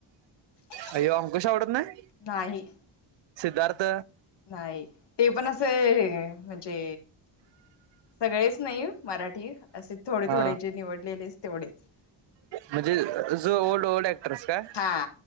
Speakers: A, on the left; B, on the right.
A: ह. <inaudible>
B: अय्यो अंकुश आवडत नाय.
A: नाही
B: सिद्धार्थ?
A: नाही ते पण असं ये म्हणजे सगळेच नाही मराठी असे थोडे
B: हा
A: थोडे जे निवडलेले तेवढेच
B: म्हणजे जो ओल्ड ओल्ड ॲक्ट नमस्कार
A: हा